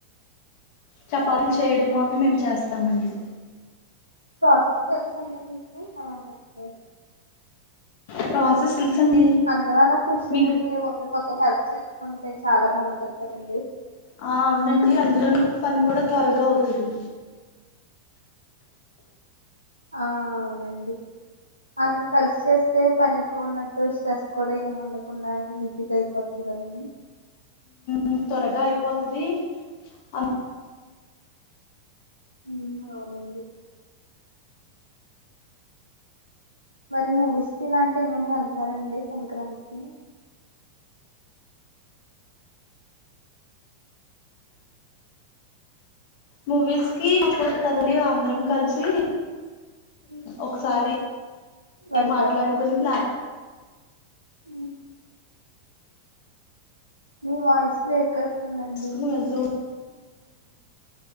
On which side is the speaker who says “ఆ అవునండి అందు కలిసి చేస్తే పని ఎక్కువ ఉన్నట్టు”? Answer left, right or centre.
Right